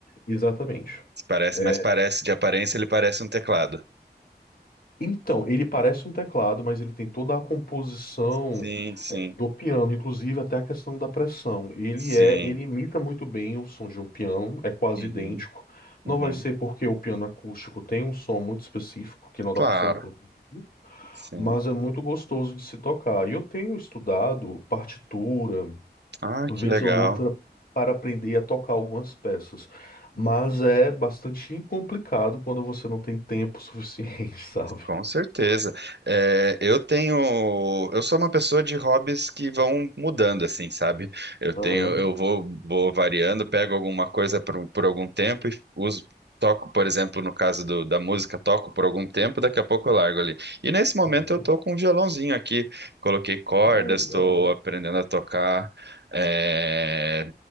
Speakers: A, on the left; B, on the right.
A: Exatamente.
B: Parece,
A: É,
B: mas parece de aparência ele parece um teclado.
A: Então, ele parece um teclado, mas ele tem toda a composição
B: Sim, sim,
A: do piano, inclusive até a questão da pressão. Ele
B: sim.
A: é, ele imita muito bem o som de um piano, é quase
B: Uhum,
A: idêntico.
B: uhum.
A: Não vai ser porque o piano acústico tem um som muito específico que não dá
B: Claro,
A: para ser reproduzir,
B: sim.
A: mas é muito gostoso de se tocar. E eu tenho estudado partitura,
B: Ah,
A: vez
B: que legal.
A: ou outra, para aprender a tocar algumas peças. Mas é bastante complicado quando você não tem tempo suficiente, <laughs> sabe?
B: Com certeza. É, eu tenho, eu sou uma pessoa de hobbies que vão mudando, assim, sabe? Eu
A: Aham,
B: tenho, eu vou, vou variando, pego alguma coisa por, por algum tempo e uso, toco, por exemplo, no caso do- da música, toco por algum tempo, daqui a pouco eu largo ali. E nesse momento
A: aham.
B: eu tô com um violãozinho aqui, coloquei cordas,
A: Ah,
B: estou
A: legal.
B: aprendendo a tocar, é,